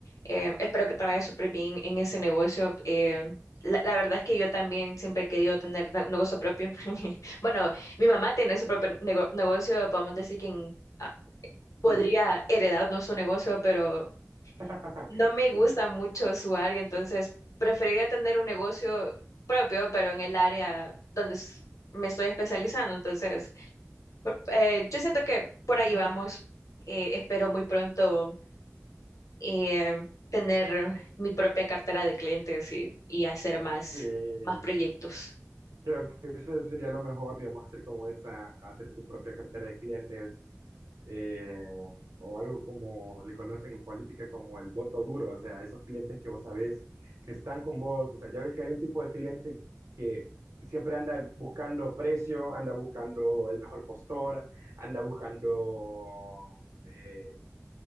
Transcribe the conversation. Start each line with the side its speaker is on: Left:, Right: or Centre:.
Left: eh, espero que te vaya súper bien en ese negocio. Eh, la, la verdad es que yo también siempre he querido tener ne- negocio propio. <laughs> Bueno, mi mamá tiene su propio nego- negocio, podemos decir que ah, podría
Right: Sí,
Left: heredarnos su negocio, pero
Right: <laughs>
Left: no me gusta
Right: sí,
Left: mucho su área, entonces preferiría tener un negocio propio, pero en el área donde s- me estoy especializando. Entonces, por- eh, yo siento que por ahí vamos. Eh, espero muy pronto eh, tener mi propia cartera de clientes y, y hacer más,
Right: sí, sí.
Left: más proyectos.
Right: Creo que eso sería lo mejor, digamos, hacer como esa, hacer tu propia cartera de clientes eh, o algo como le conocen en política como el voto duro, o sea, esos clientes que vos sabés que están con vos, o sea, ya ves que hay un tipo de cliente que siempre anda buscando precio, anda buscando el mejor postor, anda buscando, eh,